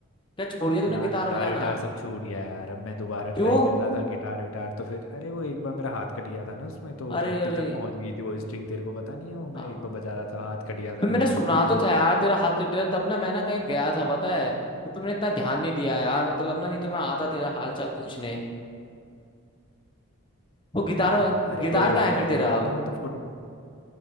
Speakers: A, on the left; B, on the left.
A: क्या छोड़ दिया तूने
B: यार
A: गिटार
B: गिटार
A: बजाना
B: विटार सब छूट गया यार अब मैं दोबारा
A: क्यों
B: ट्राई कर रहा था गिटार विटार तो फिर अरे वो एक बार मेरा हाथ कट गया था ना उसमें तो
A: अरे
B: हड्डी
A: अरे
B: तक पहुंच गई थी वो स्ट्रिंग तेरे को पता नहीं है वो
A: हाँ
B: मैं एक बार बजा रहा था हाथ कट गया
A: अबे
B: था मेरा
A: मैंने सुना
B: ग- बुरी
A: तो
B: तरीके
A: था यार
B: से
A: तेरा हाथ तेरा तब ना मैं ना कहीं गया था पता है तो तुमने इतना ध्यान नहीं दिया यार मतलब ना नहीं तो मैं आता तेरा हाल चाल पूछने वो गिटार
B: हाँ यार अरे
A: गिटार
B: कोई बात
A: कहाँ है फिर
B: नहीं
A: तेरा
B: भाई अब
A: अब
B: तो मतलब फुट